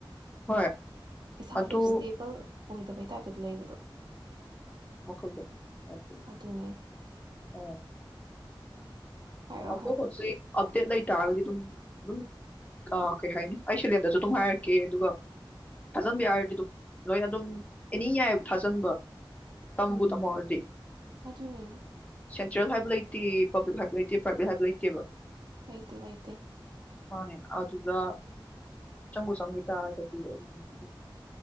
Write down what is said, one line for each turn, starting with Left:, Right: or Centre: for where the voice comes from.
Left: ꯍꯣꯏ
Right: ꯏꯁꯥꯗꯣ
Left: ꯑꯗꯨ
Right: ꯏꯁꯇꯦꯕꯜ ꯑꯣꯏꯗꯕꯩ ꯇꯥꯏꯞꯇꯗ ꯂꯩꯕꯗꯣ
Left: ꯈꯜꯗꯦ ꯑꯗꯨ
Right: ꯑꯗꯨꯅꯦ
Left: ꯑ
Right: ꯍꯥꯏꯔꯛꯑꯣ
Left: ꯑꯗꯨꯗ
Right: ꯍꯥꯏꯔꯛꯑꯣ
Left: ꯍꯧꯖꯤꯛ ꯑꯞꯗꯦꯠ ꯂꯩ ꯇꯥꯔꯒꯗꯤ ꯑꯗꯨꯝ ꯑꯗꯨꯝ ꯀꯩ ꯍꯥꯏꯅꯤ ꯑꯩ ꯁꯦꯂꯦꯟꯗꯁꯨ ꯑꯗꯨꯝ ꯍꯥꯏꯔꯛꯀꯦ ꯑꯗꯨꯒ ꯊꯥꯖꯟꯕ ꯌꯥꯔꯗꯤ ꯑꯗꯨꯝ ꯂꯣꯏ ꯑꯗꯨꯝ ꯑꯦꯅꯤ ꯌꯥꯏꯑꯕ ꯊꯥꯖꯟꯕ ꯇꯝꯕꯨ
Right: ꯎꯝ
Left: ꯇꯝꯍꯧꯔꯗꯤ
Right: ꯑꯗꯨꯅꯦ
Left: ꯆꯜ ꯍꯥꯏꯕ ꯂꯩꯇꯦ ꯄꯕ꯭ꯛ ꯍꯥꯏꯕ ꯂꯩꯇꯦ ꯥꯄꯔꯥꯏꯕꯦꯠ ꯍꯥꯏꯕ ꯂꯩꯇꯦꯕ
Right: ꯂꯩꯥꯇꯦ ꯂꯩꯇꯦ
Left: ꯃꯥꯅꯦ ꯑꯗꯨꯗ ꯆꯪꯕꯨ ꯆꯪꯈꯤ ꯇꯥꯔꯒꯗꯤ ꯑꯗꯨ